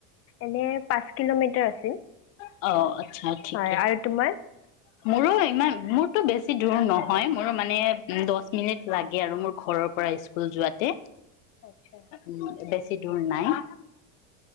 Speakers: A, on the left (about 40°); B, on the left (about 80°).
A: এনে পাঁচ কিলোমিটাৰ আছিল।
B: অ আচ্ছা ঠিকে।
A: হয় আৰু তোমাৰ?
B: মোৰো ইমান মোৰতো বেছি দূৰো নহয়, মোৰো মানে দচ মিনিট লাগে আৰু মোৰ ঘৰৰ পৰা স্কুল যোৱাতে।
A: আচ্ছা
B: উম বেছি ছি দূৰ নাই।